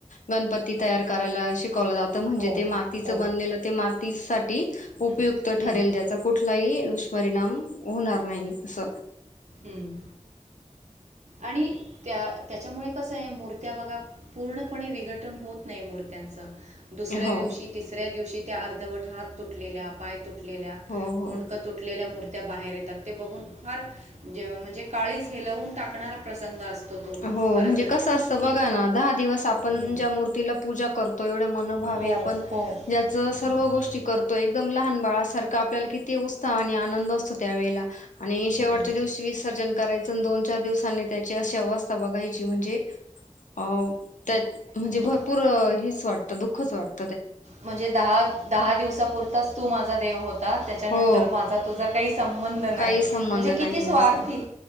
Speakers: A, on the left; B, on the right.
A: गणपती तयार करायला शि वलं जातं म्हणजे
B: हो
A: ते मातीं
B: हो
A: बनलेलं ते मात तीस
B: हं,
A: ऊपयुक्त
B: हं,
A: ठरेल त्याचा कुठलाही दुष्परिणाम होणार नाही अस
B: हम् आणि त्या त्याच्यामुळे कसं आहे मूर्त्या बघा पूर्णपणे विघटन होत नाही मूर्त्यांचं दुसऱ्या
A: हो
B: दिवशी तिसऱ्या दिवशी त्या अर्धवट हात तुटलेल्या पाय तुटलेल्या
A: हो हो
B: मुंडक तुटलेल्या मूर्ती त्या बाहेर येतात ते बघून फार जेव म्हणजे काळीच हे लवून टाकणारा प्रसंग असतो तो
A: हो
B: खरं
A: म्हणजे
B: तर
A: कस असतं
B: की
A: बघा ना दहा दिवस आपण
B: हं.
A: ज्या मूर्तीला पूजा करतो एवढ मनभावे
B: हो
A: आपण
B: हो
A: ज्याच
B: हं,
A: सर्व गोष्टी करतो एकदम लहान बाळासारखं आपल्याला किती उत्साह आणि आनंद असतो त्यावेेळेला आणि शेवटच्या
B: हं.
A: दिवशी विसर्जन करायच दोन चार दिवसांनी त्याची अश अवस्थ बघायची म्हणजे अ त्या म्हणजे भरपूर
B: तू
A: हेच वाटतं दु खसट
B: म्हणजे दहा दहा दिवसापुरताच तू माझा देव होता त्याच्यानंतर
A: हो
B: माझा तुझा काही संबंध नाही
A: काही संबंध
B: म्हणजे किती
A: नाही
B: स्वार्थी
A: असं